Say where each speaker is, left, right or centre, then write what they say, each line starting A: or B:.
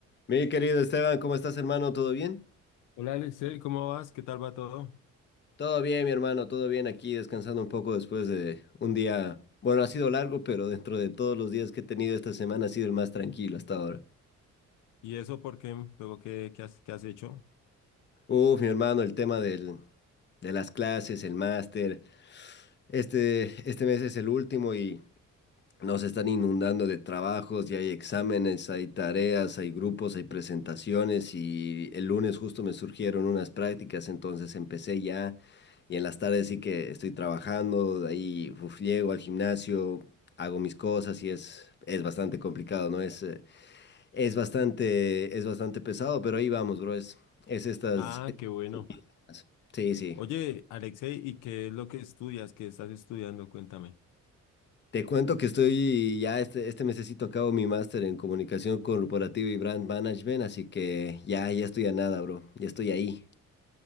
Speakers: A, on the left; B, on the left.
A: Mi querido Esteban, ¿cómo estás, hermano? ¿Todo bien?
B: Hola Alexei, ¿cómo vas? ¿Qué tal va todo?
A: Todo bien, mi hermano, todo bien aquí, descansando un poco después de un día, bueno, ha sido largo, pero dentro de todos los días que he tenido esta semana ha sido el más tranquilo hasta ahora.
B: ¿Y eso por qué? Luego, ¿qué, qué has, qué has hecho?
A: Uf, mi hermano, el tema del, de las clases, el máster, este, este mes es el último y Nos están inundando de trabajos y hay exámenes, hay tareas, hay grupos, hay presentaciones y el lunes justo me surgieron unas prácticas, entonces empecé ya y en las tardes sí que estoy trabajando, de ahí uf, llego al gimnasio, hago mis cosas y es, es bastante complicado, ¿no? Es, eh, es bastante, es bastante pesado, pero ahí vamos, bro, es, es estas...
B: Ah, qué bueno.
A: estas- Sí, sí.
B: Oye, Alexei, ¿y qué es lo que estudias? ¿Qué estás estudiando? Cuéntame.
A: Te cuento que estoy ya este, este mesecito acabo mi máster en comunicación corporativa y brand management, así que ya, ya estoy a nada, bro. Ya estoy ahí.